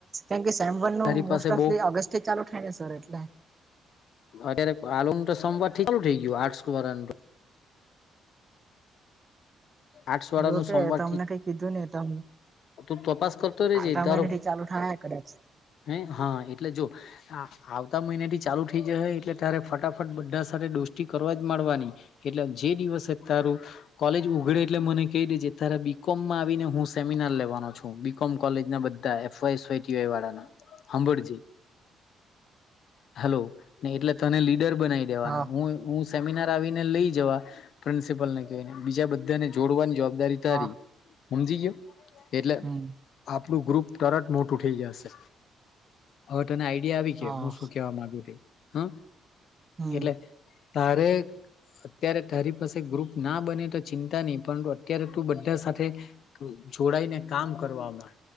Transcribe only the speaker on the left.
તારી
પાસે
બઉ
અત્યારે આલુ તો સોમવાર થી ચાલુ થઈ ગયયો આટ્સ વારાનું આટ્સ વાળા
નું
સોમવાર
ઠી
હ તું તપાસ કરતો રહીજે
તરફ
હ હા એટલે જો આવતા મહિના થી ચાલુ થઈ જશે એટલે ત્યારે ફટાફટ બધા સાથે દોષતી કરવા જ માડવાની એટલે જે દીવ સે તારું કોલેજ ઉઘડે એટલે મને કહી દેજે તારુ બી કોમ માં આવીને હું સેમિનાર લેવ <inaudible> છું બીકોમ કોલેજ ના બધા એફોયસ <unintelligible> વાળા ના હામભળજે. હાલો ને એટલે તને લીડર બનાવી દેવાનો.
હું હું સેમિનાર આવીને લઈ જવા પ્રિન્સિપલ ને કઈ ને બીજા બધાને જોડવાની જવાબ દારી તારી
સમજી ગયો? એટલે
આપ પડું ગ્રુપ તરત મોટું થઈ જશે. અ તને આઈડિયા આવી
કે હું શું કેવા માંગુ તે હુ.
એટલે તારે અત્યારે તારી પાસે ગ્રુપ ના બને તો ચિંતા નહી પરંતુ અત્યારે તું બધા સાથે જોડાઈને કામ કરવાવામાં.